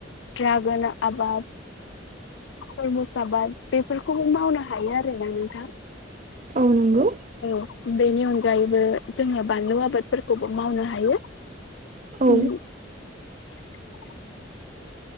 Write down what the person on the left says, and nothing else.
ड्रागन आबाद तुरमुस आबाद बेफोरखौबो मावनो हायो आरोना नोंथां
औ बेनि अनगायैबो जोङो बानलु आबादफोरखौबो मावनो हायो
उम <inaudible>